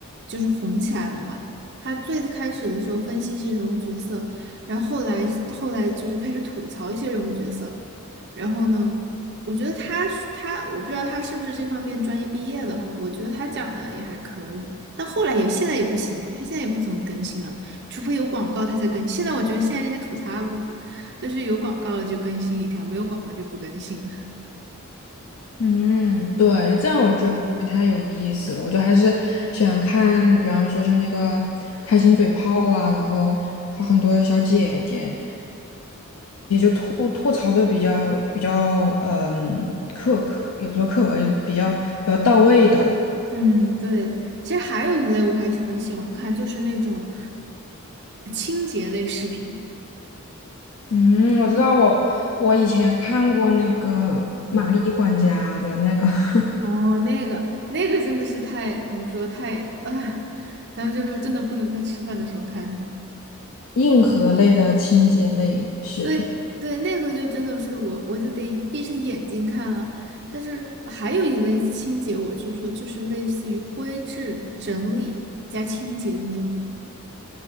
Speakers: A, on the right; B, on the left.
A: 就是红起来了嘛。他最开始的时候分析一些人物角色，然后后来后来就是开始吐槽一些人物角色，然后呢？我觉得他是他，我不知道他是不是这方面专业毕业的哈。我觉得他讲的也还可以，但后来也现在也不行了，他现在也不怎么更新了，除非有广告他才更新。现在我觉得现在这些吐槽 UP 主都是有广告了就更新一条，没有广告就不更新了。
B: 嗯，对，这样我就觉得没太有意思了。我就还是喜欢看，比方说像那个开心嘴炮啊，然后和很多小姐姐吐吐槽的比较比较，嗯，刻刻也不说刻薄，就比较比较到位的。
A: <laughs> 嗯，对。其实还有一类我还很喜欢看，就是那种清洁类视频。
B: 嗯，我知道我，我以前看过那个玛丽管家的那个 <laughs>
A: 哦，那个那个真的是太怎么说太啊，咱们就是真的不能在吃饭的时候看。
B: 硬核类的清洁类视频。
A: 对对，那个就真的是我，我就得闭上眼睛看了。但是还有一类清洁，我就是说，就是类似于规制、整理加清洁的那种。